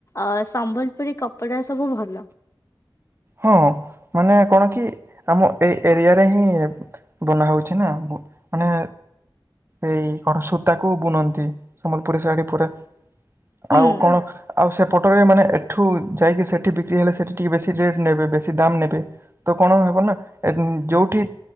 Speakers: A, on the left (about 35°); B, on the right (about 30°).
A: ଅ ସମ୍ବଲପୁରୀ କପଡା ସବୁ ଭଲ।
B: ହଁ ମାନେ କଣ କି ଆମ ଏଇ ଏରିଆରେ ହିଁ। ବନାହଉଛି ନା ମାନେ। ଏଇ କଣ ସୂତାକୁ <unintelligible> ସମ୍ବଲପୁରୀ ସାଡି ପୁରା।
A: ହୁଁ
B: ଆଉ କଣ ଆଉ ସେପଟ ରେ ମାନେ ଏଠୁ ଯାଇକି ସେଠି ବିକ୍ରି ହେଲେ ସେଠି ଟିକେ ବେଶୀ ରେଟ୍ ନେବେ ବେଶୀ ଦାମ୍ ନେବେ। ତ କଣ ହେବ ନା ଯୋଉଠି